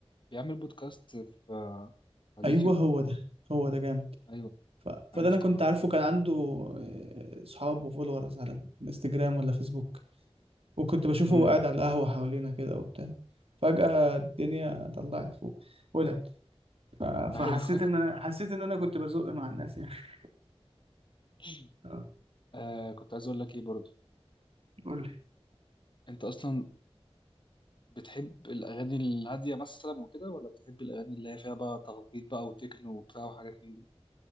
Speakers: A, on the left (about 50°); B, on the right (about 65°).
A: بيعمل بودكاست في على
B: ايوه
A: اليوتيوب
B: هو ده هو ده جامد
A: ايوه
B: ف... فده
A: عرفته
B: انا كنت عارفه
A: اه
B: كان عنده آه، صحاب وفولورز على الانستجرام ولا فيسبوك وكنت بشوفه
A: امم
B: وهو قاعد على القهوة حوالينا كده وبتاع فجأة الدنيا طلعت فوق ولعت ف... فحسيت
A: ايوه
B: ان انا حسيت ان انا كنت بزق مع الناس يعني <laughs>
A: <laughs>
B: آه،
A: آه كنت عايز اقول لك ايه برضه
B: قول لي
A: انت اصلا بتحب الأغاني الهادية مثلا وكده ولا بتحب الأغاني اللي هي فيها بقى تخبيط بقى وتكنو وبتاع وحاجات من دي؟